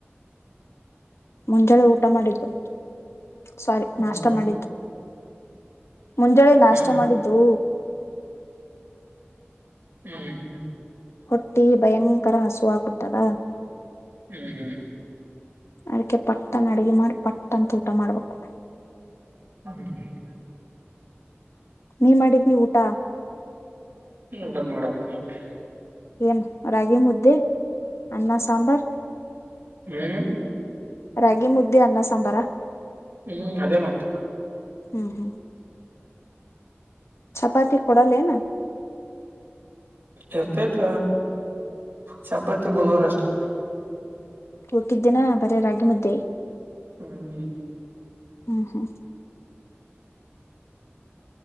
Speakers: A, on the left (about 85°); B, on the right (about 45°).
A: ಮುಂಜಾನೆ ಊಟ ಮಾಡಿದ್ದು ಸಾರಿ
B: ಹ್ಮ್
A: ನಾಷ್ಟ ಮಾಡಿದ್ದು ಮುಂಜಾಳೆ ನಾಷ್ಟ
B: ಹ್ಮ್ ಹ್ಮ್
A: ಮಾಡಿದ್ದು
B: ಹ್ಮ್ ಹ್ಮ್
A: ಹೊಟ್ಟಿ ಭಯಂಕರ ಹಸುವಾಗಬಿಟ್ಟದ
B: ಹ್ಮ್ ಹ್ಮ್
A: ಅದಕೆ ಪಟ್ಟನ್ ಅಡಿಗೆ ಮಾಡಿ ಪಟ್ಟ ಅಂತ ಊಟ ಮಾಡ್ಬೇಕು
B: <unintelligible>
A: ನೀ ಮಾಡಿದ್ದಿ ಊಟ
B: <unintelligible>
A: ಏನ್ ರಾಗಿ ಮುದ್ದೆ ಅನ್ನ ಸಾಂಬಾರ್
B: ಹ್ಮ್
A: ರಾಗಿ ಮುದ್ದೆ ಅನ್ನ ಸಾಂಬಾರಾ
B: ಹ್ಮ್ ಅದೇ ಮತ್ತ
A: ಹ್ಮ್ ಹ್ಮ್ ಚಪಾತಿ ಕೊಡಾಲೇನಾ
B: ಇರ್ತೇತಿ ಚಪಾತಿ ಬುಧವಾರ ಅಷ್ಟೇ
A: ಹುಲಿಕಿದ್ ದಿನ ಬರಿ ರಾಗಿ ಮುದ್ದೆ
B: ಹ್ಮ್
A: ಹ್ಮ್ ಹ್ಮ್